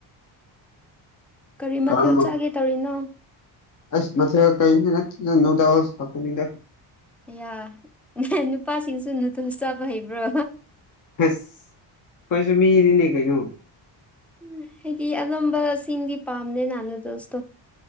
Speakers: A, in the centre; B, on the left (about 40°).
A: ꯀꯔꯤ ꯃꯊꯦꯜ
B: ꯀꯔꯝꯕ
A: ꯆꯥꯒꯦ ꯇꯧꯔꯤꯅꯣ
B: ꯑꯁ ꯃꯊ‌ꯦꯜ ꯀꯔꯝꯇ ꯅꯠꯇꯦꯗ ꯅꯨꯗꯜ ꯈꯛꯇꯅꯤꯗ
A: ꯑꯌꯥ ꯅꯨꯄꯥꯁꯤꯡꯁꯨ ꯅꯨꯗꯜ ꯆꯥꯕ ꯍꯩꯕ꯭ꯔꯣ
B: ꯍꯁ ꯑꯩꯈꫭꯏꯁꯨ ꯃꯤꯅꯤꯅꯦ ꯀꯩꯏꯅꫭ
A: ꯎꯝ ꯍꯥꯏꯗꯤ ꯑꯅꯝꯕꯁꯤꯡꯗꯤ ꯄꯥꯝꯗ‌ꯦꯅ ꯅꯨꯗꯜꯁꯇꯣ